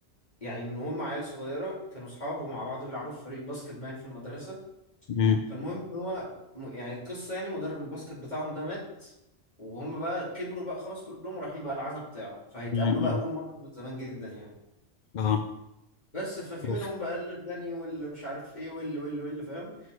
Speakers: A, on the left; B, on the left.
A: يعني من هم عيال صغيره كانوا اصحاب ومع بعض بيلعبوا في فريق باسكت باين في المدرسه
B: مم.
A: فالمهم ان هو م- يعني القصه يعني مدرب الباسكت بتاعهم ده مات وهم بقى كبروا بقى خلاص كلهم ورايحين بقى العزا بتاعه فهيتقابلوا
B: مم.
A: بقى اول مره من زمان جدا يعني
B: اه
A: بس ففي
B: اوف
A: منهم بقى الغني واللي مش عارف ايه واللي واللي واللي فاهم